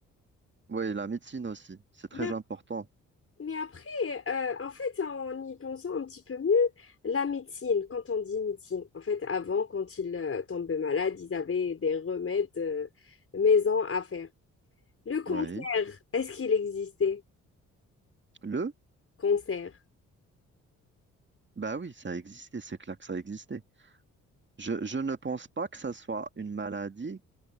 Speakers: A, on the right; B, on the left.
A: Oui, la médecine aussi, c'est très
B: Mais,
A: important.
B: ap- mais après, euh, en fait, en y pensant un petit peu mieux, la médecine, quand on dit médecine, en fait, avant, quand ils euh, tombaient malades, ils avaient des remèdes euh, maison à faire. Le concert,
A: Oui.
B: est-ce qu'il existait?
A: Le?
B: Concert.
A: Bah oui, ça existait, c'est clair que ça existait. Je, je ne pense pas que ça soit une maladie